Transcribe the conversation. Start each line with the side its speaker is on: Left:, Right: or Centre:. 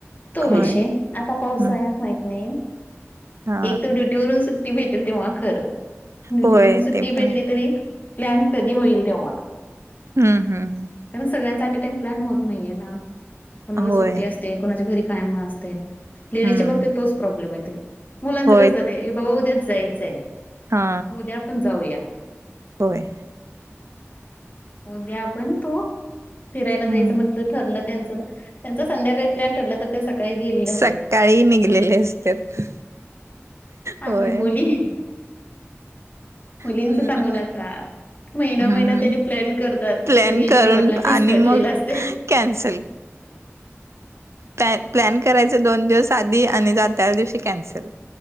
Left: तो
Right: होय
Left: विषय. आता पावसाळ्यात
Right: हम्म
Left: माहित नाही
Right: हा
Left: एक तर ड्युटीवरून सु ट्टी भेटेल तेव्हा खरं. ड्युटी
Right: होय
Left: वरून सुट्टी
Right: ते पण
Left: भेटली
Right: आहे
Left: तरी प्लॅन कधी होईल तेंव्हा.
Right: हम्म हम्म हम्म.....
Left: कारण सगळ्यांचा ॲट टाईम प्लॅन होत नाहीये ना कोणाला
Right: होय
Left: सुट्टी असते कोणाच्या घरी काम असतयं. लेडीजच्या
Right: हम्म
Left: बाबतीत तोच प्रॉब्लेम येतोय. मुलांचं
Right: होय
Left: कसं ये बाबा उद्याच जायचयं.
Right: हा
Left: उद्या पण जाऊया
Right: होय.
Left: उद्या आपण तु फिरायला
Right: हम्म
Left: जायचं म्हटलं ठरलं त्यांचं तर त्यांचा संध्याकाळी प्लॅन ठरला तर ते सकाळी गेलेले
Right: सकाळी
Left: असतात.
Right: निघलेले असतात होय
Left: आणि मुली मुलींच
Right: हम्म
Left: सांगू नका. महिना महिना
Right: हम्म
Left: तेंनी प्लॅन करतात.
Right: प्लॅन
Left: तरी
Right: करून
Left: शेवटला फिस्कटलेलं
Right: आणि मग
Left: असतय.
Right: कॅन्सल... काय प्लॅन करायच दोन दिवस आधी. आणि जात्याला दिवशी कॅन्सल.